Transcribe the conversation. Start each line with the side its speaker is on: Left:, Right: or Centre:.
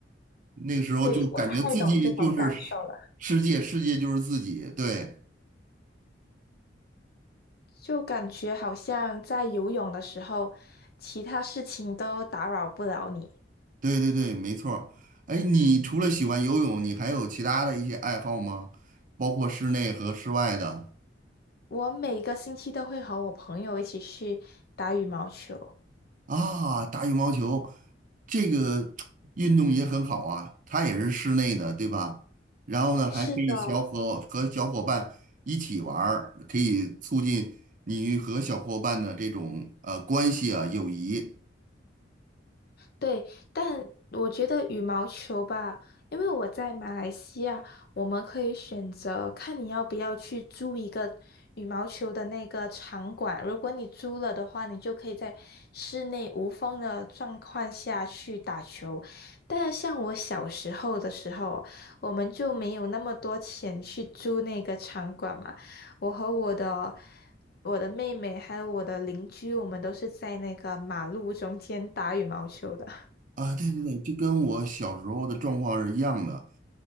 Right: 那个时候就感觉自己就是世世界，
Left: 对，我太懂这种感受了。
Right: 世界就是自己。对，
Left: 就感觉好像在游泳的时候，其他事情都打扰不了你。
Right: 对对对，没错儿。哎，你除了喜欢游泳，你还有其他的一些爱好吗？包括室内和室外的
Left: 我每个星期都会和我朋友一起去打羽毛球。
Right: 啊，打羽毛球这个 <tsk> 运动也很好啊，它也是室内的，对吧？然后呢，还可以小伙和小伙伴一起玩儿，
Left: 是的，
Right: 可以促进你与和小伙伴的这种呃关系啊，友谊。
Left: 对，但我觉得羽毛球吧，因为我在马来西亚，我们可以选择看你要不要去租一个羽毛球的那个场馆。如果你租了的话，你就可以在室内无风的状况下去打球。但像我小时候的时候，我们就没有那么多钱去租那个场馆嘛。我和我的我的妹妹还有我的邻居，我们都是在那个马路中间打羽毛球的。
Right: 啊，对对对，就跟我小时候的状况是一样的。